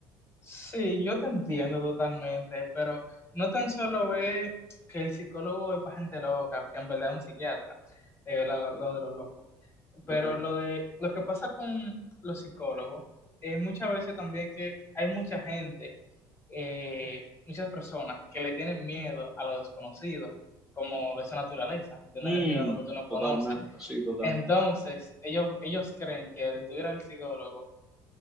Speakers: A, on the left; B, in the centre.
A: Sí, yo te entiendo totalmente, pero no tan solo es que el psicólogo es para gente loca, que en verdad es un psiquiatra, eh, lo, lo de los locos. Pero
B: ok.
A: lo de lo que pasa con los psicólogos es muchas veces también que hay mucha gente, eh, muchas personas que le tienen miedo a lo desconocido, como de su naturaleza, tenerle
B: Mm,
A: miedo a lo que tú no conoces
B: totalmente, sí, totalmente.
A: Entonces, ellos, ellos creen que el tú ir al psicólogo